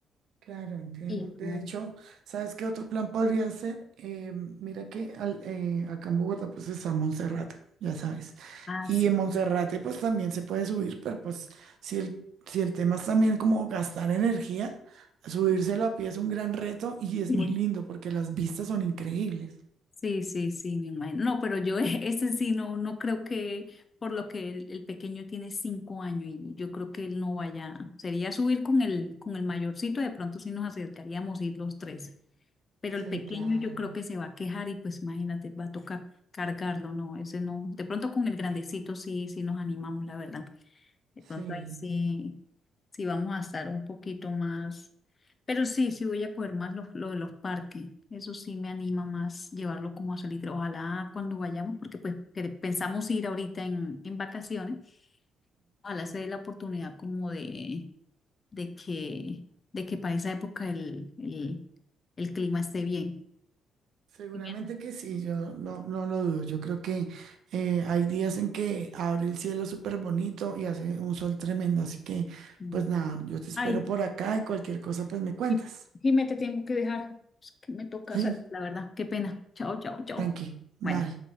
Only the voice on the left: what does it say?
y
no,
ah,
<clears throat> sí.
<laughs>
Sí, sí, sí, me imagino. No, pero yo <laughs> e- ese sí no, no creo que, por lo que el, el pequeño tiene cinco años y yo creo que él no vaya, sería subir con el, con el mayorcito, de pronto sí nos acercaríamos a ir los tres. pero
el pequeño
yo creo que se va a quejar y pues imagínate, va a tocar cargarlo, no, ese no, de pronto con el grandecito sí, sí nos animamos, la verdad, de pronto
ahí sí, sí vamos a estar un poquito más, pero sí, sí voy a coger más lo, lo de los parques, eso sí me anima más llevarlo como a salir, ojalá cuando vayamos, porque pues que pensamos ir ahorita en, en vacaciones, ojalá se dé la oportunidad como de, de que, de que para esa época el, el, el clima esté bien.
Sí,
Bien.
Ay,
Jim- Jimé, te tengo que dejar. Es que me toca
salir, la verdad. Qué pena. Chao, chao, chao.
Bueno.